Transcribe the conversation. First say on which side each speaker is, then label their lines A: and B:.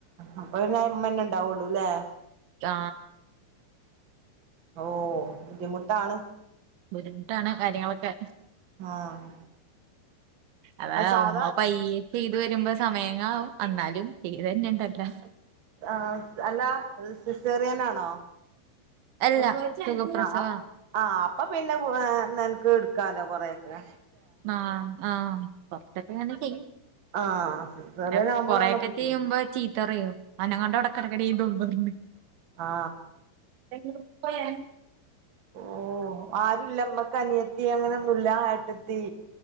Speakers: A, on the right (about 55°); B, on the right (about 75°).
A: അപ്പൊ പിന്നെ മ്മന്നെ ണ്ടാവള്ളൂല്ലേ
B: ആ
A: ഓ ബുദ്ധിമുട്ടാണ്
B: ബുദ്ധിമുട്ടാണ് കാര്യങ്ങളൊക്കെ
A: ആഹ്
B: അതാ
A: അത് സാധാ
B: ഉമ്മ പയ്യെ ചെയ്ത് വരുമ്പോ സമയങ്ങളാവും എന്നാലും ചെയ്ത് തര്ണ്ടല്ലോ
A: ആ അല്ല സിസേറിയനാണോ
B: അല്ല സുഖപ്രസവാ
A: ആ ആ് അപ്പൊ പിന്നെ നിനക്ക് ഇട്ക്കാലോ കൊറെക്കെ
B: ആ ആ കൊറച്ചൊക്കെ ങ്ങനെ ചെയ്യും
A: ആഹ് സിസേറിയനാവുമ്പളാണ്
B: പിന്നെ കൊറൊക്കെ
A: ബുദ്ധിമുട്ട്
B: ചെയ്യുമ്പോ ചീത്തറിയും അനങ്ങാണ്ടവിടെ കെടക്കെടി ന്നും പറഞ് <unintelligible>
A: ആ
B: <unintelligible>
A: ഓ ആരുല്ലമ്മക്ക് അനിയത്തി അങ്ങനൊന്നുല്ല ഏട്ടത്തി